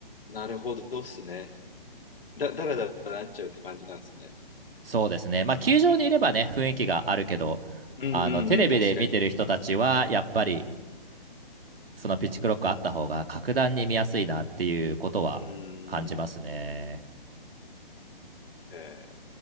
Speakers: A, on the left; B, on the right.
A: なるほどっすね。だ、だらだらなっちゃうって感じなんですね。
B: そうですね。まあ、球場にいればね、雰囲気があるけど、
A: うんうんうん、
B: あの、テレビで見てる人たちは、
A: 確かに。
B: やっぱり、そのピッチクロックあった方が、格段に見やすいなっていうことは感じますね。
A: うーん。へえ。